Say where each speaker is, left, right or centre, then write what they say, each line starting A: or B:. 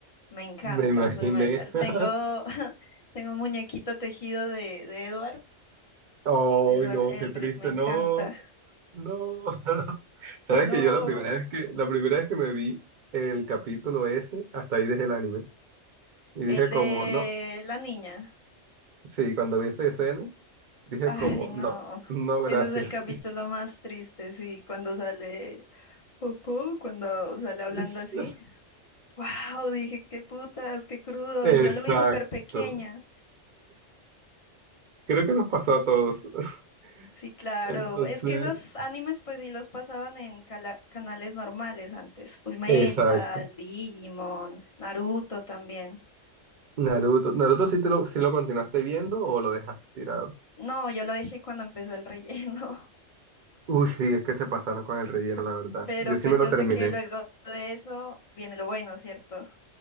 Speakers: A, on the left (about 30°); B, on the right (about 45°).
A: me encanta
B: Me imaginé.
A: Full Metal.
B: <laughs>
A: Tengo, <laughs> tengo un muñequito tejido de, de Edward,
B: Ay,
A: de Edward
B: no,
A: Elric,
B: qué triste,
A: me encanta.
B: no. No. <laughs> Sabes
A: No,
B: que yo la primera vez que, la primera vez que me vi el capítulo ese, hasta ahí dejé el anime. Y dije
A: el
B: como,
A: de
B: no.
A: la niña.
B: Sí, cuando vi esa escena, dije
A: Ay,
B: como,
A: no.
B: no, no, gracias.
A: Ese es el capítulo más triste, sí, cuando sale Popó, cuando sale hablando
B: <laughs>
A: así. Wow, dije, qué putas, qué crudo.
B: Exacto.
A: Y yo lo vi súper pequeña.
B: Creo que nos pasó a todos. <laughs>
A: Sí, claro.
B: Entonces,
A: Es que esos animes, pues sí los pasaban en cala- canales normales antes. Fullmetal,
B: exacto.
A: Digimon, Naruto también.
B: Naruto, Naruto sí te lo, sí lo continuaste viendo o lo dejaste tirado.
A: No, yo lo dejé cuando empezó el relleno.
B: Uy, sí, es que se pasaron con el relleno, la
A: <laughs>
B: verdad.
A: Pero
B: Yo sí
A: pues
B: me lo
A: yo
B: terminé.
A: sé que luego de eso viene lo bueno, ¿cierto?